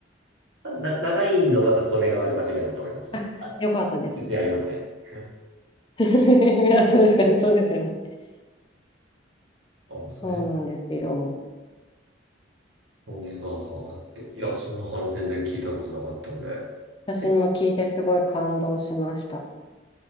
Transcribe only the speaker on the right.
な、長いのまた利根川で間違いないと思います。確かに。
はい
別にありますね。<laughs>
あ、それ
利根川があって、いや、そんな話全然聞いたことなかったんで。
え、